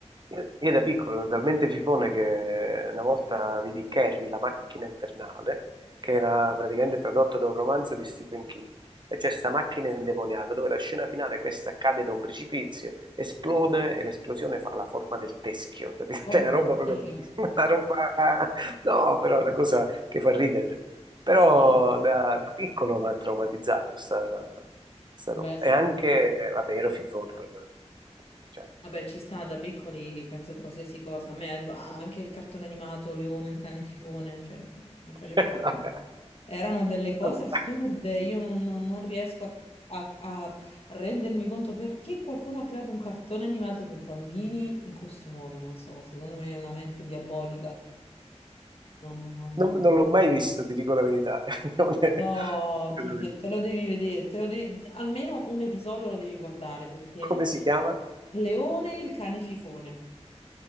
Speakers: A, on the right; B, on the left.
A: Io, io da piccolo ero talmente fifone che una volta vidi Carrie, la macchina infernale, che era praticamente tradotto da un romanzo di Stephen King. E c'è questa macchina indemoniata dove la scena finale, questa cade da un precipizio, esplode e l'esplosione fa la forma del teschio. <laughs> capito?
B: Oh,
A: Cioè, una roba proprio,
B: oddio.
A: <laughs> una roba, no, però è una cosa che fa ridere. Però
B: Sì.
A: da, da piccolo mi ha traumatizzato sta, sta
B: Beh,
A: roba.
B: sì.
A: E anche, vabbè, ero fifone proprio. Cioè,
B: Vabbè, ci sta da piccoli, penso a qualsiasi cosa. A me eh, anche il cartone animato, Leone, il cane fifone, cioè mi faceva
A: Eh,
B: paura.
A: Vabbè,
B: Erano delle cose
A: vabbè.
B: assurde, io non, non- non riesco a, a- a rendermi conto perché qualcuno ha creato un cartone animato per bambini in questo modo, non so, secondo me è una mente diabolica. Non-
A: Non, non l'ho mai visto, ti dico la verità. <laughs> Non è-
B: No,
A: non
B: ti de-
A: è-
B: te lo devi vedere, te lo de- almeno un episodio lo devi guardare perché
A: Come si chiama?
B: Leone il cane fifone.